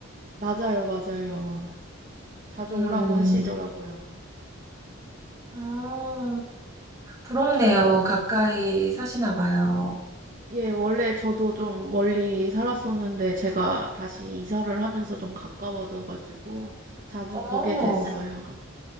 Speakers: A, on the right; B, on the right.
A: 맞아요, 맞아요. 자주
B: 음,
A: 오라고 하시더라고요.
B: 어, 부럽네요. 가까이 사시나 봐요.
A: 예, 원래 저도 좀 멀리 살았었는데 제가 다시 이사를 하면서 좀 가까워져가지고 자주
B: 어,
A: 보게 됐어요.